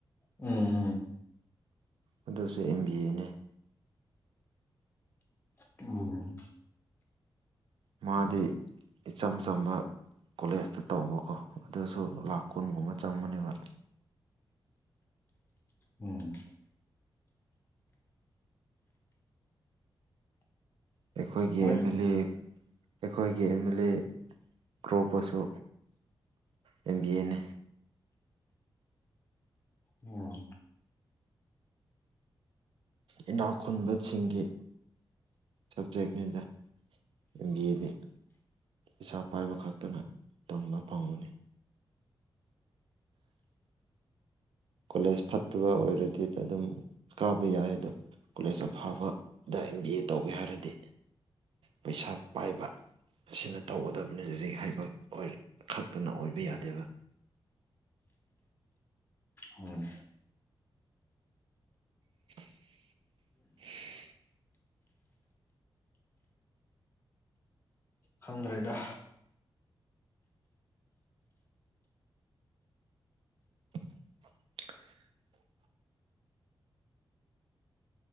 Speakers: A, on the left; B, on the right.
A: ꯎꯝ
B: ꯑꯗꯨꯁꯨ ꯑꯦꯝ ꯕꯤ ꯑꯦ ꯅꯦ
A: ꯑꯣ
B: ꯃꯥꯗꯤ ꯏꯆꯝ ꯆꯝꯕ ꯀꯣꯂꯦꯖꯇ ꯇꯧꯕꯀꯣ ꯑꯗꯨꯁꯨ ꯂꯥꯛ ꯀꯨꯟꯒꯨꯝꯕ ꯆꯪꯕꯅꯦꯕ꯫
A: ꯎꯝ
B: ꯑꯩꯈꯣꯏꯒꯤ
A: ꯃꯣꯏ
B: ꯑꯦꯝ ꯑꯦꯜ ꯑꯦ ꯑꯩꯈꯣꯏꯒꯤ ꯑꯦꯝ ꯑꯦꯜ ꯑꯦ꯫ ꯀ꯭ꯔꯣꯄꯁꯨ ꯑꯦꯝ ꯕꯤ ꯑꯦ ꯅꯦ ꯫
A: ꯑꯣ
B: ꯏꯅꯥꯛ ꯈꯨꯟꯕꯁꯤꯡꯒꯤ꯫ ꯁꯕꯖꯦꯛꯅꯤꯗ ꯑꯦꯝ ꯕꯤ ꯑꯦꯗꯤ ꯄꯤꯁꯥ ꯄꯥꯏꯕ ꯈꯛꯇꯅ ꯇꯝꯕ ꯐꯪꯕꯅꯤ꯫ ꯀꯣꯂꯦꯖ ꯐꯠꯇꯕ ꯑꯣꯏꯔꯗꯤ ꯑꯗꯨꯝ ꯀꯥꯕ ꯌꯥꯏ ꯑꯗꯣ꯫ ꯀꯣꯂꯦꯖ ꯑꯐꯥꯕꯗ ꯑꯦꯝ ꯕꯤ ꯑꯦ ꯇꯧꯒꯦ ꯍꯥꯏꯔꯗꯤ ꯄꯩꯁꯥ ꯄꯥꯏꯕ꯫ ꯁꯤꯅ ꯇꯧꯒꯗꯕꯅꯦ ꯂꯔꯤꯛ ꯍꯩꯕ ꯑꯣꯏꯔ ꯈꯛꯇꯅ ꯑꯣꯏꯕ ꯌꯥꯗꯦꯕ꯫
A: ꯎꯝ꯫
B: <inaudible>
A: ꯈꯪꯗ꯭ꯔꯦꯗ
B: <inaudible>